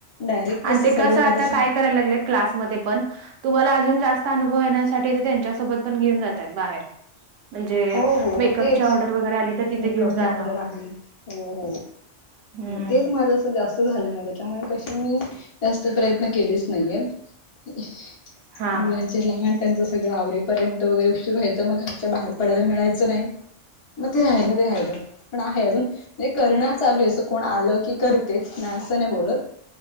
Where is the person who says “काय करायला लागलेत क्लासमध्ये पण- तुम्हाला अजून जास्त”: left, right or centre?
Right